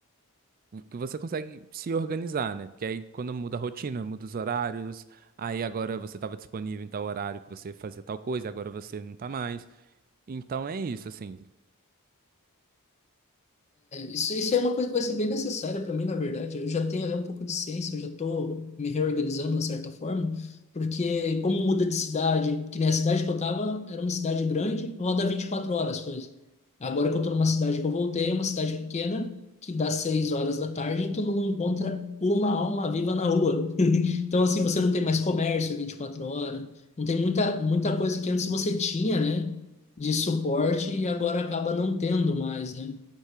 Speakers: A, on the right; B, on the left.
A: que você consegue se organizar, né? Porque aí quando muda a rotina, muda os horários, aí agora você estava disponível em tal horário que você fazia tal coisa, agora você não tá mais. Então é isso, assim.
B: Isso, isso é uma coisa que vai ser bem necessária para mim, na verdade. Eu já tenho até um pouco de ciência, eu já estou me reorganizando, de certa forma, porque como muda de cidade, que nem a cidade que eu estava, era uma cidade grande, roda 24 horas as coisas. Agora que eu estou numa cidade que eu voltei, é uma cidade pequena, que dá 6 horas da tarde e tu não encontra uma alma viva na rua. <laughs> Então, assim, você não tem mais comércio 24 horas, não tem muita, muita coisa que antes você tinha, né, de suporte e agora acaba não tendo mais, né?